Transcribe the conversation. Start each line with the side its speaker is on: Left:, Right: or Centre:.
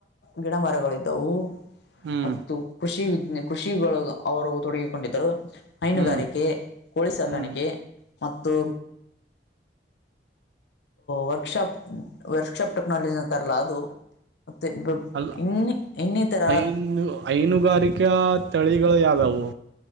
Left: ಗಿಡ ಮರಗಳು ಇದ್ದವು
Right: ಹ್ಮ್
Left: ಮತ್ತು ಖುಷಿ ಕೃಷಿಗಳು ಅವರು ತೊಡಗಿಕೊಂಡಿದ್ದರು ಹೈನುಗಾರಿಕೆ
Right: ಹ್ಮ್
Left: ಕೋಳಿ ಸಾಕಾಣಿಕೆ
Right: ಹ್ಮ್
Left: ಮತ್ತು ವರ್ಕ್ಶಾಪ್ ವರ್ಕ್ಶಾಪ್ ಟೆಕ್ನಾಲಜಿ ಅಂತಾರಲ್ಲ ಅದು ಮತ್ತು ಬ
Right: ಅಲ್ಲ
Left: ಇನ್ನು ಇನ್ನಿತರ
Right: ಐನು ಐನುಗಾರಿಕೆ ತಳಿ ಗಳು ಯಾವವು?